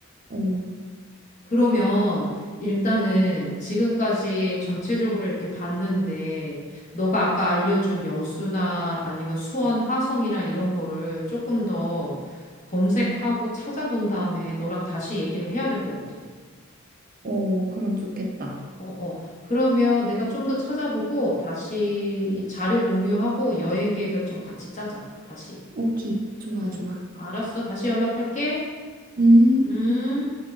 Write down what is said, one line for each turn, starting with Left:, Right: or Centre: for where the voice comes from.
Right: 어,
Left: 그러면 일단은 지금까지 전체적으로 이렇게 봤는데, 너가 아까 알려준 여수나 아니면 수원, 하성이나 이런 거를 조금 더 검색하고 찾아본 다음에 너랑 다시 얘기를 해야 될 것 같아.
Right: 어, 그럼 좋겠다.
Left: 어, 어. 그러면 내가 좀 더 찾아보고 다시 이 자료 공유하고 여행 계획을 좀 같이 짜자. 다시.
Right: 오케이, 좋아,
Left: 음.
Right: 좋아.
Left: 알았어. 다시 연락할게.
Right: 음.
Left: 음.